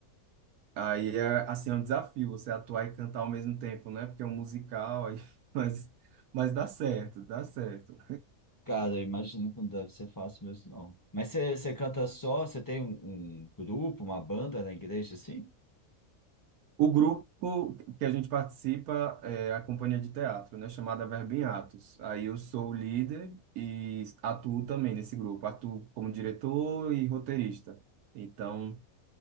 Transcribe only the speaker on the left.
Cara, eu imagino que não deve ser fácil mesmo, não. Mas você, você canta só? Você tem um, um grupo, uma banda na igreja, assim?